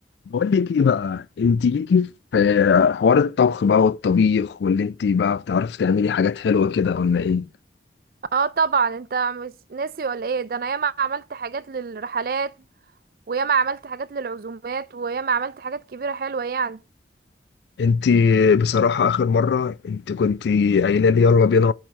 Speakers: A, on the left; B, on the right.
A: بقول لك ايه بقى انت ليكي في حوار الطبخ بقى والطبيخ واللي انت بقى بتعرفي تعملي حاجات حلوه كده ولا ايه
B: اه طبعا انت مش ناسي ولا ايه ده انا ياما عملت حاجات للرحلات وياما عملت حاجات للعزومات وياما عملت حاجات كبيرة حلوة يعني
A: انت بصراحه اخر مره انت كنت قايله لي يلا بينا